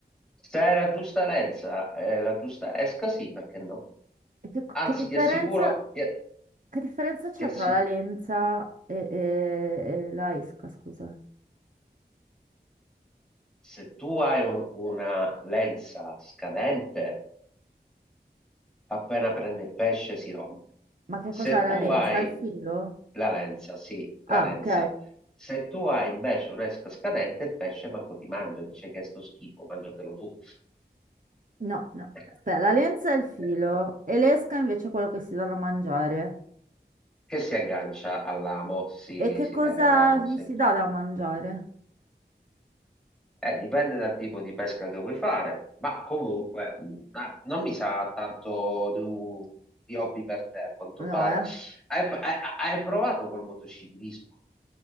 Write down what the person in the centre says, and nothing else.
Se è la giusta lenza, eh, la giusta esca, sì, perché no?
Anzi,
ti assicuro, ti,
ti assi-
se tu hai un- una lenza scadente, appena prende il pesce si rompe.
Se
tu
hai
la lenza, sì, la
lenza.
Se tu hai invece un'esca scadente, il pesce manco ti mangia, dice che è sto schifo, mangiatelo tu.
<laughs>
Eh,
Che si aggancia all'amo, sì,
si
lega all'amo,
sì.
Eh, dipende dal tipo di pesca che vuoi fare, ma comunque mh, ah, non mi sa tanto di, un- di hobby per te, a quanto
pare.
Hai, hai- hai provato col motociclismo?